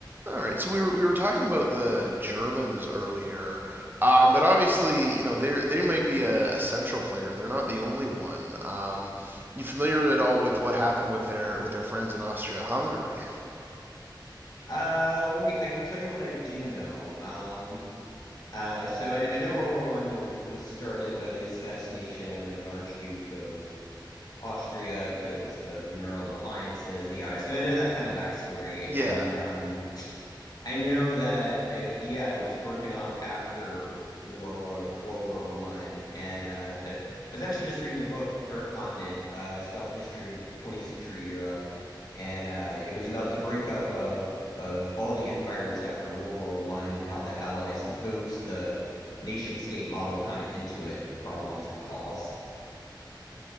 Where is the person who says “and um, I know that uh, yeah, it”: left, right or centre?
Left